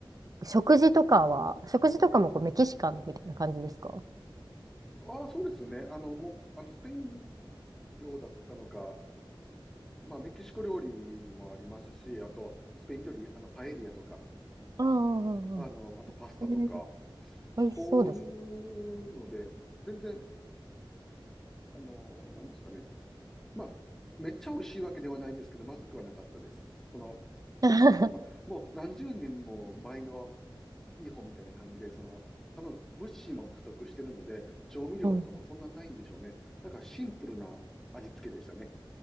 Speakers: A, on the right; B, in the centre.
A: 食事とかは、食事とかもこうメキシカンみたいな感じですか
B: ああ、そうですね。あの、もう、あの、スペイン領だったのか、まあ、メキシコ料理もありますし、あと、スペイン料理、あの、パエリアとか、
A: ああ、あ
B: あの、あとパスタとか、
A: あ、ええー美味しそうです。
B: そういうので、全然、あの、なんですかね。まあ、めっちゃ美味しいわけではないですけど、まずくはなかったです。その、
A: <laughs>
B: やっぱ、もう何十年も前の日本みたいな感じで、その、多分、物資も不足してるので、調味料とかもそんなにないんでしょうね。
A: うん。<laughs>
B: なんか、シンプルな味付けでしたね。